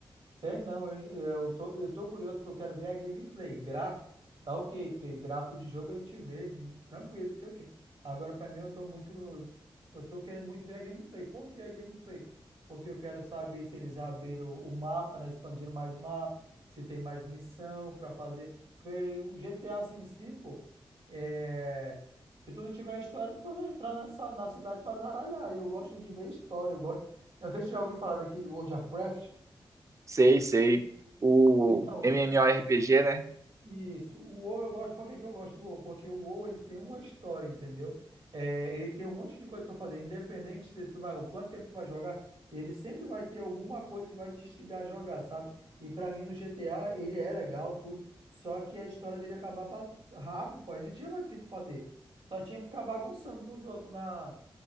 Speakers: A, on the right; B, on the right.
A: Sei não, hein? Eu tô, eu tô curioso porque eu quero ver a gameplay. Gráfico, tá ok, porque gráfico de jogo a gente vê de- tranquilo, não sei o quê. Agora, pra mim, eu tô muito. Eu tô querendo muito ver a gameplay. Por que a gameplay? Porque eu quero saber se eles abriram o mapa, né? Expandiram mais o mapa, se tem mais missão pra fazer. Porque o GTA assim, em si, pô, é... se tu não tiver a história, tu só vai entrar nessa, na cidade pra zaralhar. E eu gosto de ver história, eu gosto. Eu Não sei se você já ouviu falar daquele World of Warcraft.
B: Sei, sei. O
A: Então,
B: MMORPG, né?
A: Isso, o WoW eu gosto. Por que que eu gosto do WoW? Porque o WoW ele tem uma história, entendeu? É, ele tem um monte de coisa pra fazer, independente se tu vai, o quanto tempo tu vai jogar, ele sempre vai ter alguma coisa que vai te instigar a jogar, sabe? E pra mim no GTA ele é legal tudo, só que a história dele acabava rápido, pô, aí não tinha mais o que tu fazer. Só tinha pra ficar bagunçando com os outros na